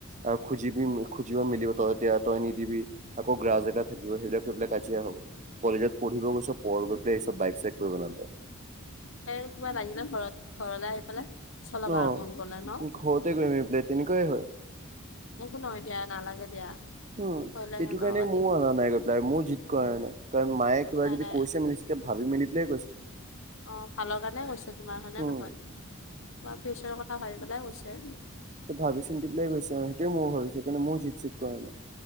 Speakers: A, on the right; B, on the left.
A: আৰু খোজিবি খোজিব মিলিব তই তেতিয়া তই নিদিবি আকৌ গ্ৰাছ এ থাকিব সেইবিলাক লৈ পেলাক কাজিয়া হ'ব কলেজত পঢ়িব গৈছ পঢ় গৈ পেলাই এইব বাইক চাইক কৰিব নালাগে।
B: কিবা লাগিলে ঘৰত ঘৰলে আহি পেলাই চলাবা
A: অ',
B: আৰু মন গ'লে ন
A: ঘৰতে গৈ আহিম বোলে তেনেকুৱাই হয়।
B: এক একো নহয় দিয়া নালাগে দিয়া।
A: উম
B: ভয় লাগে
A: এইটো
B: ন
A: কাৰণে
B: আজি
A: মোৰ অনা নাই গাই আৰু মোয়ো জিত কৰা নাই কাৰণ মায়ে কিবা
B: নাই
A: যদি
B: নাই
A: কৈছে মেলিছিল ভাবি মেলি পিলয় কৈছিল
B: অ', ভালৰ কাৰণে কৈছে তোমাৰ কাৰণে
A: উম।
B: হয় তোমাৰ ফিউচাৰৰ কথা ভাবি পেলাই কৈছে।
A: ভাবি চিন্তি পেলায়ে কৈছে সেইটোৱে মই ভাবিছো সেইকাৰণে ময়ো জিত চিত কৰা নাই।